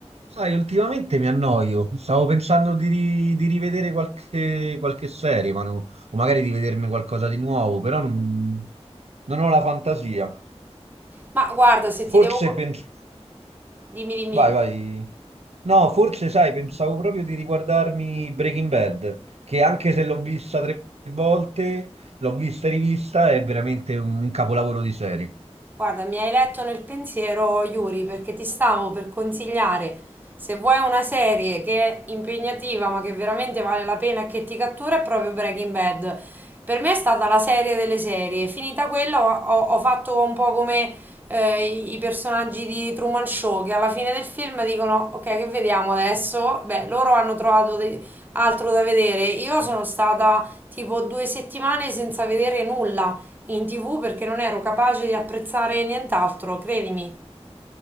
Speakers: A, on the right; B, on the right.
A: Sai, ultimamente mi annoio. Stavo pensando di, ri- di rivedere qualche, qualche serie, ma no- o magari di vedermi qualcosa di nuovo, però non, non ho la fantasia.
B: Ma guarda, se
A: Forse
B: ti devo...
A: penso...
B: Dimmi, dimmi.
A: Vai, vai. No, forse, sai, pensavo proprio di riguardarmi Breaking Bad, che anche se l'ho vista tre volte, l'ho vista e rivista, è veramente un capolavoro di serie.
B: Guarda, mi hai letto nel pensiero, Yuri, perché ti stavo per consigliare, se vuoi una serie che è impegnativa ma che veramente vale la pena e che ti cattura, è proprio Breaking Bad. Per me è stata la serie delle serie. Finita quella ho, ho- ho fatto un po' come eh, i i personaggi di Truman Show, che alla fine del film dicono, ok, che vediamo adesso? Beh, loro hanno trovato de- altro da vedere. Io sono stata tipo due settimane senza vedere nulla. in tv perché non ero capace di apprezzare nient'altro, credimi.